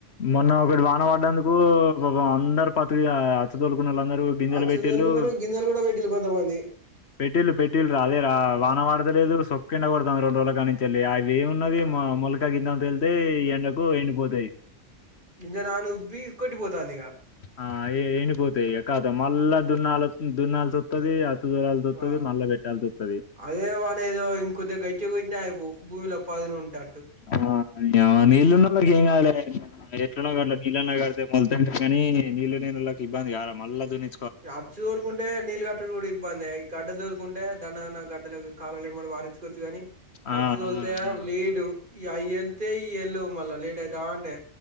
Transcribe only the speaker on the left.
మొన్న ఒకటి వాన పడ్డందుకు పాపం అందరు పత్తి కి వచ్చి తొలు కుళ్ళ అందరూ గింజలు
పెట్టిళ్లు
పెట్టిళు పెట్టిళ్ళు రా అదే రా
వాన పడత లేదు సొక్కిండ కొడతా రండు రోజుల కా నుంచి వెళ్ళి అ ఏమున్నది
మా మెలకా గింజని వేళ్తే ఈ ఎండకు ఎండిపోతాయి
ఆ ఎండిపోతాయి ఇక కద మళ్ళా దున్నాల దున్నాల్సొస్తది తోలాల్సొస్తది,
మళ్ళా పెట్టాల్సొస్తది.
ఆ నీ అవ్వ నీళ్లు ఉన్నోలకి ఏం కాదులే ఎట్లున్నా గట్లా నీళ్ళు అన్న కడితే వద్దంటారు కానీ నీళ్ళ లేనోళ్ళకి ఇబ్బంది కారా మళ్ళ దున్ని
ఆ!
ఆ! ఆ!